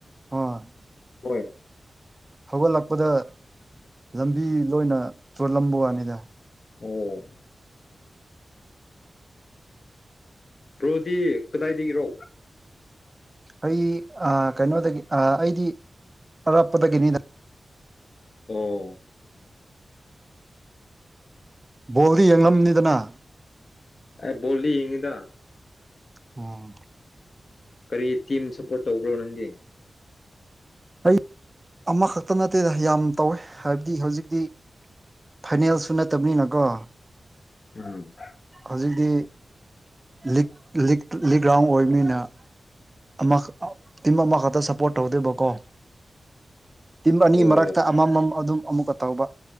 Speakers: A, on the right; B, on the left.
A: ꯍꯣꯏ
B: ꯍꯣꯏ꯫
A: ꯍꯧꯒꯠꯂꯛꯄꯗ ꯂꯝꯕꯤ ꯂꯣꯏꯅ ꯆꯣꯜꯂꯝꯕꯒꯤ ꯋꯥꯅꯤꯗ꯫
B: ꯑꯣ ꯕ꯭ꯔꯣꯗꯤ ꯀꯗꯥꯏꯗꯒꯤꯅꯣ?
A: ꯑꯩ ꯀꯩꯅꯣꯗꯒꯤ ꯑꯩꯗꯤ ꯑꯔꯥꯞꯄꯗꯒꯤꯅꯤꯗ꯫
B: ꯑꯣ
A: ꯕꯣꯜꯗꯤ ꯌꯦꯡꯂꯝꯅꯤꯗꯅ?
B: ꯑꯦ ꯕꯣꯂꯤ ꯌꯦꯡꯢꯗ꯫
A: ꯎꯝ
B: ꯀꯔꯤ ꯇꯤꯝ ꯁꯞꯄ꯭ꯔꯣꯠ ꯇꯧꯕ꯭ꯔꯣ ꯅꯪꯗꯤ?
A: ꯑꯩ ꯑꯃꯈꯛꯇ ꯅꯠꯇꯦꯗ ꯌꯥꯝ ꯇꯧꯋꯦ ꯍꯥꯏꯕꯗꯤ ꯍꯧꯖꯤꯛꯇꯤ ꯐꯥꯏꯅꯦꯜꯁꯨ ꯅꯠꯇꯕꯅꯤꯅꯀꯣ
B: ꯎꯝ
A: ꯍꯧꯖꯤꯛꯇꯤ ꯂꯤꯛ ꯂꯤꯛ ꯒ꯭ꯔꯥꯎꯟ ꯑꯣꯏꯕꯅꯤꯅ ꯑꯃ ꯇꯤꯝ ꯈꯛꯇ ꯁꯞꯄ꯭ꯔꯣꯠ ꯇꯧꯗꯣꯏꯕꯀꯣ꯫ ꯇꯤꯝ ꯑꯅꯤꯒꯤ
B: ꯑꯣ
A: ꯃꯔꯛꯇ ꯑꯃꯃꯝ ꯑꯗꯨꯝ ꯑꯃꯨꯛꯀ ꯇꯧꯕ꯫